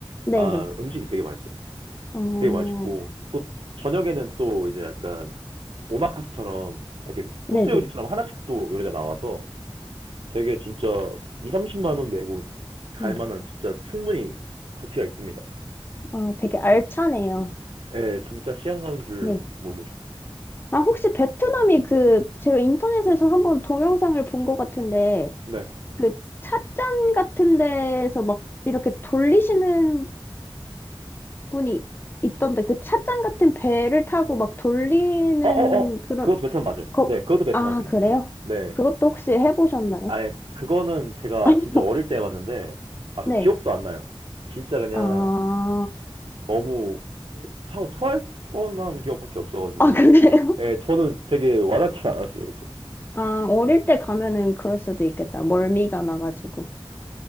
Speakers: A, on the left; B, on the right.
A: 네네.
B: 아 음식이 되게 맛있어요.
A: 어,
B: 되게 맛있고 또 저녁에는 또 이제 약간 오마카스처럼 이렇게 코스
A: 네네.
B: 요리처럼 하나씩 또 요리가 나와서 되게 진짜 2, 30만 원 내고 갈
A: 음,
B: 만한 진짜 충분히 가치가 있습니다.
A: 아, 되게 알차네요.
B: 예, 진짜 시간 가는 줄
A: 네.
B: 모르죠.
A: 아, 혹시 베트남이 그, 제가 인터넷에서 한번 동영상을 본 것 같은데,
B: 네.
A: 그 찻잔 같은 데서 막 이렇게 돌리시는 분이 있던데 그 찻잔 같은 배를 타고 막 돌리는
B: 어, 어, 어.
A: 그런
B: 그것도 베트남 맞아요.
A: 거...
B: 네, 그것도 베트남이에요.
A: 아, 그래요?
B: 네.
A: 그것도 혹시 해보셨나요?
B: 아예 그거는 제가
A: <laughs>
B: 진짜 어릴 때 봤는데 아 그
A: 네.
B: 기억도 안 나요. 진짜 그냥
A: 아,
B: 너무 하고 토할 뻔한 기억밖에 없어가지고
A: 아, 그래요?
B: 예 저는 되게 와닿진 않았어요 그게.
A: 아, 어릴 때 가면은 그럴 수도 있겠다. 멀미가 나가지고.